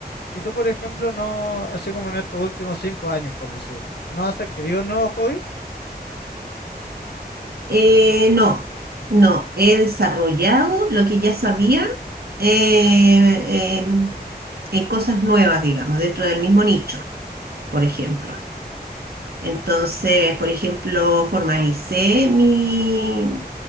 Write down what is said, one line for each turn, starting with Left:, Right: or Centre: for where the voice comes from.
Left: Y tú, por ejemplo, no, así como en estos últimos cinco años, por decir, ¿no has adquirido un nuevo hobby?
Right: Eh, no, no, he desarrollado lo que ya sabía eh, eh, en cosas nuevas, digamos, dentro del mismo nicho, por ejemplo. Entonces, por ejemplo, formalicé mi,